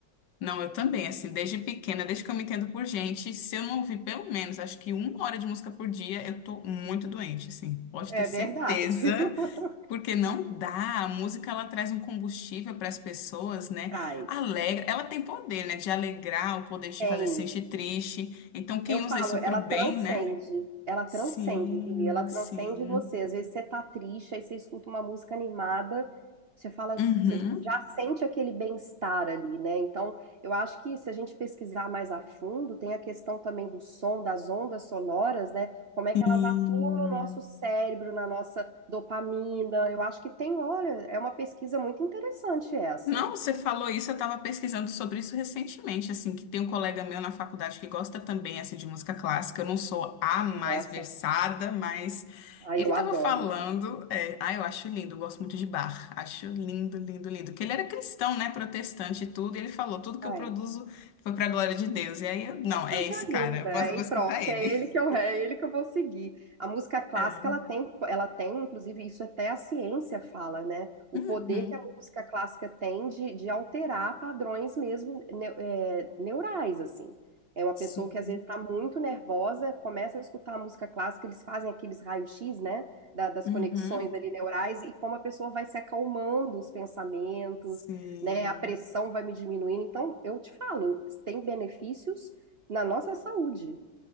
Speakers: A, on the left; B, on the right.
A: Não, eu também, assim, desde pequena, desde que eu me entendo por gente, se eu não ouvir pelo menos, acho que uma hora de música por dia, eu tô muito doente, assim, pode
B: É
A: ter certeza,
B: verdade. <laughs>
A: porque não dá, a música, ela traz um combustível para as pessoas, né,
B: traz.
A: alegra, ela tem poder, né, de alegrar, o poder de
B: Tem.
A: te fazer se sentir triste, então quem
B: Eu falo,
A: usa isso
B: ela
A: pro bem,
B: transcende.
A: né?
B: Ela
A: Sim,
B: transcende, Bia. Ela transcende
A: sim.
B: você. Às vezes você tá triste, aí você escuta uma música animada, você fala,
A: Uhum.
B: você já sente aquele bem-estar ali, né? Então, eu acho que se a gente pesquisar mais a fundo, tem a questão também do som, das ondas sonoras, né? Como é
A: Sim.
B: que elas atuam no nosso cérebro, na nossa dopamina. Eu acho que tem, olha, é uma pesquisa muito interessante essa.
A: Não, você falou isso, eu estava pesquisando sobre isso recentemente, assim, que tem um colega meu na faculdade que gosta também, assim, de música clássica. Eu não sou a mais
B: Nossa,
A: versada, mas
B: aí
A: ele
B: eu
A: estava
B: adoro.
A: falando, é, ah, eu acho lindo, eu gosto muito de Bach, acho lindo, lindo, lindo. Que ele era cristão, né, protestante e tudo, e ele falou, tudo que
B: Ai.
A: eu produzo foi para a glória de Deus. E aí, eu, não,
B: Uma coisa
A: é esse cara,
B: linda.
A: eu vou,
B: Aí
A: vou escutar
B: pronto,
A: ele.
B: é ele que eu,
A: <laughs>
B: é ele que eu vou seguir. A música clássica,
A: É.
B: ela tem, ela tem, inclusive, isso até a ciência fala, né? O
A: Uhum,
B: poder que a música clássica tem de, de alterar padrões mesmo neu- é, neurais, assim. É uma
A: sim.
B: pessoa que às vezes está muito nervosa, começa a escutar a música clássica, eles fazem aqueles raios-x, né? da- das
A: Uhum,
B: conexões ali neurais e como a pessoa vai se acalmando os pensamentos,
A: sim.
B: né? A pressão vai me diminuindo. Então, eu te falo, tem benefícios na nossa saúde.